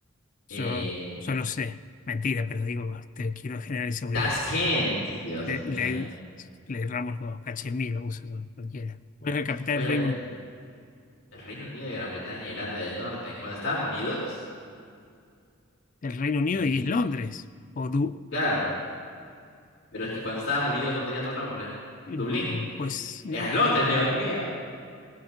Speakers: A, on the left; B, on the left.
A: Yo,
B: Eh,
A: yo lo sé, mentira, pero digo, te quiero generar inseguridad.
B: Tashkent, Dios
A: Le,
B: mío.
A: le, le erramos los dos, Cachemira, uso eso, cualquiera. ¿Cuál es la capital
B: ¿Cuál
A: del
B: es
A: Reino,
B: la capital? del- El Reino Unido de Gran Bretaña e Irlanda del Norte. Cuando estaban unidos,
A: del Reino Unido?
B: y
A: Y es Londres. O Du-
B: claro, pero es que cuando estaban unidos no tenía otro nombre.
A: mm,
B: Dublín.
A: pues no,
B: Era Londres, Dios mío.